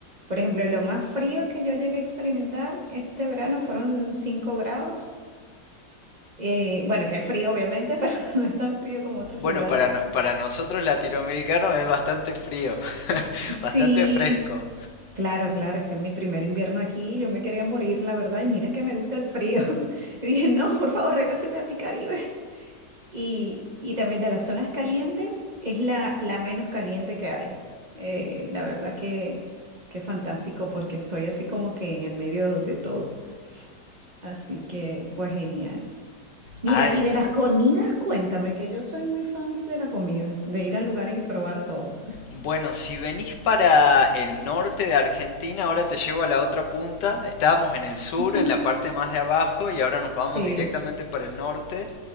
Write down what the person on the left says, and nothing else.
Bueno,
para, no- para nosotros latinoamericanos es bastante frío, <laughs>
bastante fresco.
Ay,
Bueno, si venís para el norte de Argentina, ahora te llevo a la otra punta. Estábamos en el sur,
en la parte más de abajo, y ahora nos vamos
directamente para el norte.